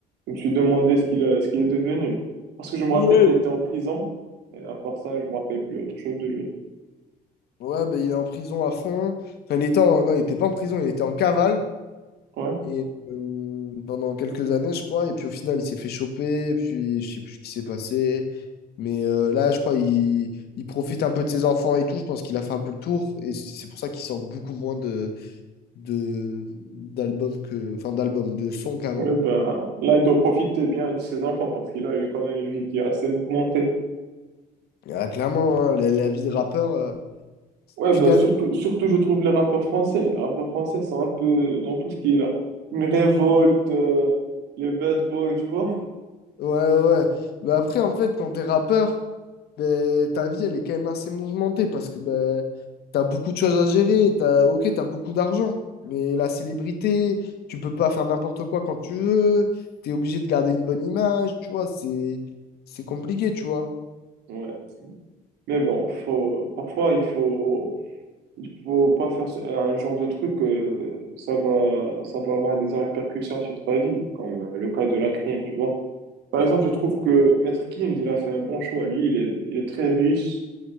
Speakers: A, on the right; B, on the left.
A: je me suis demandé ce qu'il a- ce qu'il est devenu. Parce que je me
B: Ouais.
A: rappelle qu'il était en prison. Et à part ça, je me rappelle plus autre chose de lui.
B: ouais, ben, il est en prison à fond. Enfin, il était en- Non, il n'était pas en prison, il était en cavale.
A: Ouais.
B: Et euh, pendant quelques années, je crois. Et puis au final, il s'est fait choper. Puis je sais plus ce qui s'est passé. Mais euh, là, je crois, il... il profite un peu de ses enfants et tout. Je pense qu'il a fait un peu le tour. Et c- c'est pour ça qu'il sort beaucoup moins de, de... d'albums que... Enfin, d'albums, de sons qu'avant,
A: Ouais,
B: quoi.
A: ben, là, il doit profiter bien de ses enfants parce qu'il a eu quand même une vie qui est assez mouvementée.
B: Ah, clairement, hein, la... la vie de rappeur, euh,
A: Ouais,
B: tu
A: ben,
B: gagnes.
A: surtout, surtout, je trouve les rappeurs français. Les rappeurs français sont un peu dans tout ce qui est là. Une révolte, euh, les bad boys, tu vois?
B: Ouais, ouais. ouais. Mais après, en fait, quand t'es rappeur, ben, ta vie, elle est quand même assez mouvementée parce que ben, t'as beaucoup de choses à gérer. T'as, ok, t'as beaucoup d'argent, mais la célébrité, tu peux pas faire n'importe quoi quand tu veux. T'es obligé de garder une bonne image, tu vois. C'est, c'est compliqué, tu vois.
A: Ouais. Mais bon, faut, parfois, il faut, il faut pas faire ce- un genre de truc, euh, ça va, ça va avoir des répercussions sur ta vie, comme euh, le cas de la crime, tu vois. Par exemple, je trouve que Maître Gims, il a fait un bon choix. Lui, il est, il est très riche.